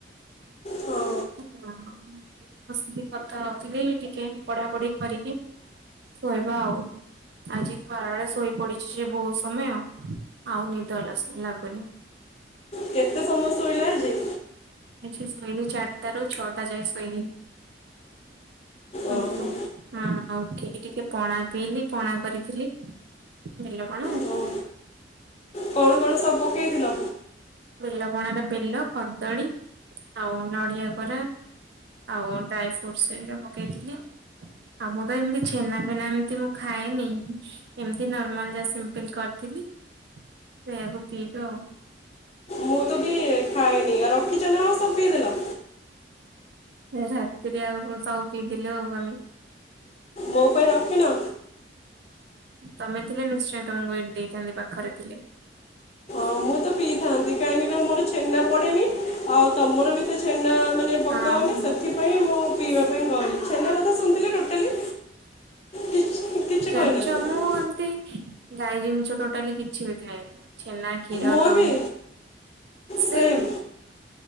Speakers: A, on the left (about 35°); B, on the right (about 65°).
A: ହଁ
B: ହ ମୁଁ ଏ ବସିକି କଥା ହଉଥିଲି ଟିକେ ପଢାପଢି କରିକି ଶୋଇବା ଆଉ। ଆଜି ଖରାବେଳେ ଶୋଇ ପଡିଛି ସେ ବହୁତ ସମୟ ଆଉ ନିିଦ ସ ଲାଗୁନି।
A: କେତେ ସମୟ ସୋଇଲ ଆଜି?
B: ଶୋଇଲିି ଚାରିଟାରୁ ଛଅଟା ଯାଏ ଶୋଇଲିି।
A: ଓହୋ
B: ଉଠଉନୁ। ହଁ ଆଉ ଉଠିକି ଟିକେ ପଣା ପିଇଲି ପଣା କରିଥିଲି। ବେଲ ପଣା
A: ହଉ। କଣ କଣ ସବୁ ପକେଇଥିଲ?
B: ବେଲପଣା ର ବେଲ କଦଳୀ ଆଉ ନଡ଼ିଆ କୋରା ଆଉ ଡ୍ରାଇ ଫ୍ରୁଟ୍ସ ହେରିକା ପକେଇଥିଲି। ଆଉ ମୁଁ ତ ଏମିତି ଛେନା ପିନା ଏମିତି ମୁଁ ଖାଏନି। ଏମିତି ନର୍ମାଲ ଯାହା ସିମ୍ପଲ କରିଥିଲି ସେୟାକୁ ପିଇଲି ଆଉ।
A: ମୁଁ ତ ବି ଖାଏନି। ରଖିଛ ନା ଆଉ ସବୁ ପିଦେଲ?
B: ରାତିରେ ଆଉ ସବୁ ପିଇଥିଲୁ ଆଉ ଆମେ।
A: ମୋ ପାଇଁ ରଖିନ?
B: ତମେ ଥିଲେ ନିଶ୍ଚୟ ତମକୁ ଏଇଠି ଦେଇଥାନ୍ତି ପାଖରେ ଥିଲେ।
A: ହଁ
B: ହୁଁ
A: ମୁଁ ତ ପିଇଥାନ୍ତି କାହିଁକିନା ମୋର ଛେନା ପଡ଼େନି। ଆଉ ତମର ବି ତ ଛେନା ମାନେ ପକା
B: ହଁ
A: ହଉନି। ସେଥିରେ
B: ହଁ
A: ପାଇଁ ମୁଁ ପିଇବା ପାଇଁ କହିଲି ଛେନା କଥା ଶୁଣଥିଲେ ଟୋଟାଲି କିଛି କିଛି
B: ଜାଣଚ
A: କହିନଥିଲି
B: ମୁଁ ଏମତି ଗାଈ ଜିନଷ ଟୋଟାଲି କିଛି ବି ଖାଏନି ଛେନା କ୍ଷୀର
A: ମୋର
B: ଦହି
A: ବି
B: ସେଏମ୍
A: ସେମ୍